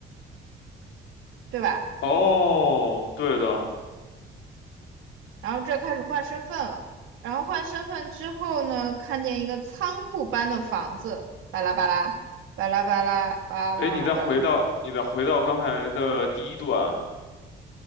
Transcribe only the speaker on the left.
哦，对的。
哎，你再回到你再回到刚才的第一段，